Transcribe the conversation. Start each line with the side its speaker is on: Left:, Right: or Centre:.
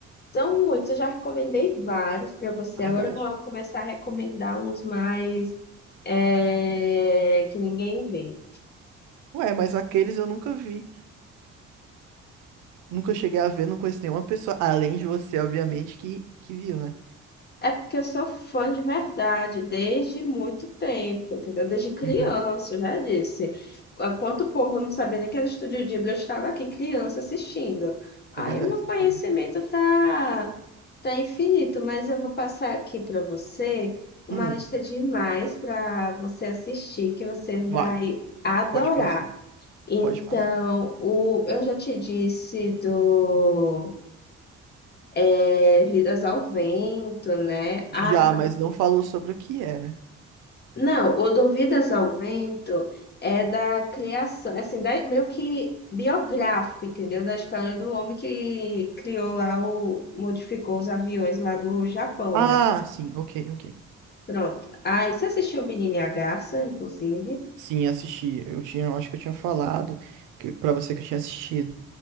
Left: São muitos, eu já recomendei vários pra você.
Right: Verdade.
Left: Agora eu vou começar a recomendar uns mais é, que ninguém vê.
Right: Ué, mas aqueles eu nunca vi. Nunca cheguei a ver, não conheço nenhuma pessoa, além de você, obviamente, que, que viu, né?
Left: É porque eu sou fã de verdade, desde muito tempo, entendeu? Desde criança,
Right: Uhum,
Left: eu já disse. Enquanto o povo não sabia nem que era Estúdio Ghibli, eu estava aqui criança assistindo. Aí
Right: é verdade,
Left: o meu
Right: você
Left: conhecimento
Right: falou.
Left: tá, tá infinito, mas eu vou passar aqui para você uma
Right: Hum,
Left: lista de mais para você assistir, que você
Right: vai,
Left: vai adorar.
Right: pode passar.
Left: Então,
Right: Pode passar.
Left: o, eu já te disse do é, Vidas ao Vento, né? Ai,
Right: Já, mas não falou sobre o que era.
Left: Não, o Duvidas ao Vento é da criação, assim, da- meio que biográfico, entendeu? Da história do homem que criou lá, o, modificou os aviões lá do Japão,
Right: Ah,
Left: né?
Right: sim, ok, ok.
Left: Pronto. Aí você assistiu o Menino e a Garça, inclusive?
Right: Sim, assisti. Eu tinha, eu acho que eu tinha falado que, pra você que eu tinha assistido.